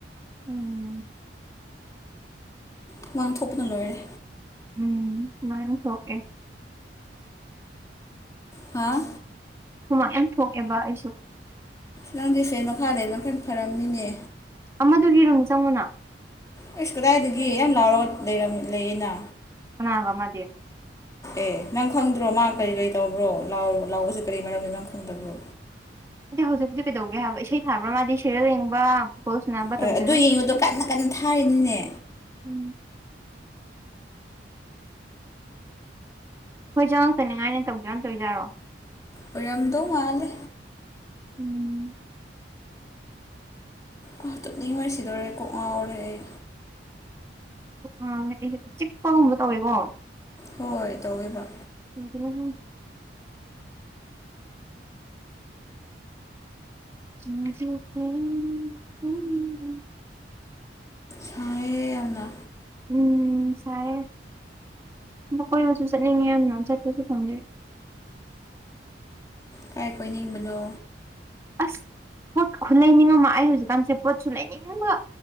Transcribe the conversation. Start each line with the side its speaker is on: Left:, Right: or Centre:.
Right: ꯎꯝ
Left: ꯍꯨꯃꯥꯡ ꯊꯣꯛꯄꯅ ꯂꯣꯏꯔꯦ
Right: ꯎꯝ ꯃꯌꯥꯝ ꯊꯣꯛꯀꯦ
Left: ꯍꯥꯥ
Right: ꯍꯨꯃꯥꯡ ꯌꯥꯝ ꯊꯣꯛꯑꯦꯕ ꯑꯩꯁꯨ
Left: ꯅꯪꯗꯤ ꯐꯦꯟ ꯃꯈꯥ ꯂꯩꯕꯅꯤꯅ ꯈꯔ ꯐꯔꯝꯅꯤꯅꯦ
Right: ꯑꯃꯗꯨꯒꯤ ꯔꯨꯝ ꯆꯪꯉꯨꯅ
Left: ꯑꯩꯁ ꯀꯗꯥꯏꯗꯒꯤ ꯌꯥꯝ ꯂꯥꯎꯔꯒ ꯂꯩꯔꯝ ꯂꯩꯌꯦꯅ
Right: ꯀꯅꯥꯒ ꯑꯃꯗꯤ꯫
Left: ꯑꯦ ꯅꯪ ꯈꯪꯗ꯭ꯔꯣ ꯃꯥ ꯀꯔꯤ ꯀꯔꯤ ꯇꯧꯕ꯭ꯔꯣ ꯂꯥꯎ ꯂꯥꯎꯕꯁꯤ ꯀꯔꯤ ꯃꯔꯝꯒꯤꯅꯪ ꯈꯪꯗꯕ꯭ꯔꯣ?
Right: ꯗꯤ ꯍꯧꯖꯤꯛꯇꯤ ꯀꯩꯗꯧꯒꯦ ꯍꯥꯏꯕ ꯏꯁꯩ ꯊꯥꯕ꯭ꯔꯥ ꯃꯥꯗꯤ ꯁꯤꯔꯦꯜ ꯌꯦꯡꯕ ꯐꯨꯠꯕꯣꯜ ꯁꯥꯟꯅꯕ
Left: ꯍꯣꯏ
Right: ꯇꯧꯋꯤꯗꯅ
Left: ꯑꯗꯨ ꯌꯦꯡꯉꯣꯗꯣ ꯀꯟꯅ ꯀꯟꯅ ꯊꯥꯔꯤꯅꯤꯅꯦ꯫
Right: ꯎꯝ ꯑꯈꯣꯏ ꯆꯉꯛꯇ ꯅꯤꯉꯥꯏꯅꯦꯅ ꯇꯧꯒꯦꯅ ꯌꯥꯎꯅ ꯇꯧꯏꯖꯥꯔꯣ꯫
Left: ꯑꯣꯏꯔꯝꯗꯧ ꯃꯥꯜꯂꯦ꯫
Right: ꯎꯝ
Left: ꯑꯥ ꯇꯨꯝꯅꯤꯡꯕꯅ ꯁꯤꯗꯣꯔꯦ ꯀꯣꯛ ꯉꯥꯎꯔꯦ ꯑꯩ꯫
Right: ꯑꯥ ꯍꯥꯢꯗꯤ ꯆꯤꯛꯄꯒꯨꯝꯕ ꯇꯧꯋꯦꯀꯣ?
Left: ꯍꯣꯏ ꯇꯧꯋꯦꯕ꯫
Right: <unintelligible> <unintelligible>
Left: ꯁꯥꯢꯌꯦ ꯌꯥꯝꯅ꯫
Right: ꯎꯝ ꯁꯥꯏꯌꯦ ꯀꯣꯏꯕꯁꯨ ꯆꯠꯅꯤꯡꯉꯦ ꯌꯥꯝꯅ ꯆꯠꯄꯁꯨ ꯐꯪꯗꯦ꯫
Left: ꯀꯥꯏ ꯀꯣꯏꯅꯤꯡꯕꯅꯣ?
Right: ꯑꯁ ꯄꯣꯠ ꯈꯨ ꯂꯩꯅꯤꯡ ꯑꯃ ꯑꯩ ꯍꯧꯖꯤꯛꯀꯥꯟꯁꯦ ꯄꯣꯠꯁꯨ ꯂꯩꯅꯤꯡꯕ꯫